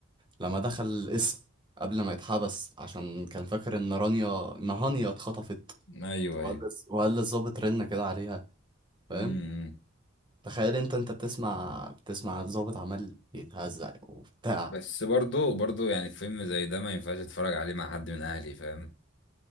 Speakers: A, on the right; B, on the left.
A: لما دخل القسم قبل ما يتحبس عشان كان فاكر ان رانيا ان هانيا اتخطفت
B: ايوه
A: وقال
B: ايوه
A: للز- وقال للظابط رن كده عليها فاهم
B: امم
A: تخيل انت انت بتسمع بتسمع الظابط عمال يتهزق وبتاع
B: بس برضو برضو يعني فيلم زي ده ما ينفعش اتفرج عليه مع حد من اهلي فاهم